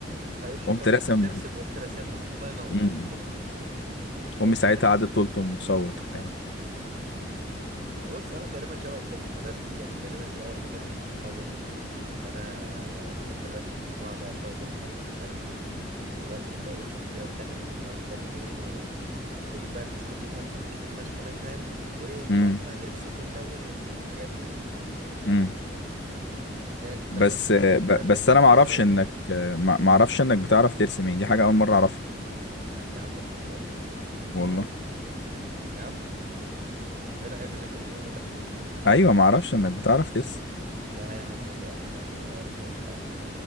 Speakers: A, on the right; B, on the left.
A: فيوم ما
B: قمت
A: قررت
B: راسم
A: ترسم قمت راسمها الله ينور
B: امم
A: أو
B: امي ساعتها قعدت تلطم وتصوت وبتاع
A: انا بص انا تقريبا شبهك في حته الرسم دي يعني تقريبا دي اول حاجه انا اكتشفتها برضو ان انا بحب الرسم واقعد اشخبط والعب مش عارف ايه وارسم بقى ايه في شخصيات انمي او كرتون وكنت اجيب بقى السكتش كانسون الكبير فشخ ده فاهم وايه
B: امم
A: ونقعد بقى نرسم ونلون و- الحاجات دي يعني
B: امم
A: ان هي كنت
B: بس
A: انا مثلا بشوف
B: ب-
A: ال- الرسمه
B: بس انا
A: صغيره
B: ما اعرفش
A: قدامي
B: انك ما ما اعرفش انك بتعرف ترسم يعني دي حاجه اول مره اعرفها
A: يا عم ما تهزرش
B: والله
A: يا عم يا جدع عيب اللي انت بتقوله ده
B: ايوه ما اعرفش انك بتعرف ترسم
A: <laughs> لا يا عم بوريك يا عم الرسومات بتاعتي